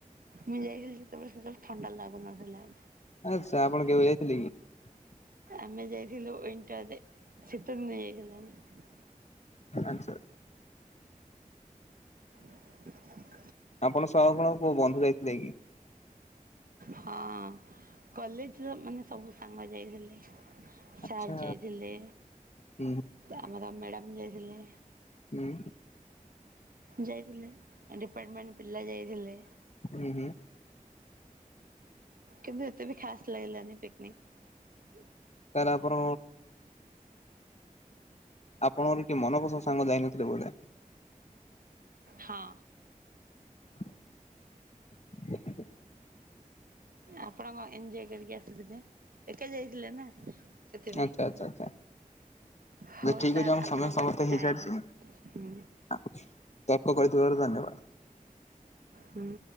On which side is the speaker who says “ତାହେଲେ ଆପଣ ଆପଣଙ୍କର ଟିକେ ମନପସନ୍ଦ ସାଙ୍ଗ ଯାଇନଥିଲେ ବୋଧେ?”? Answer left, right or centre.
Left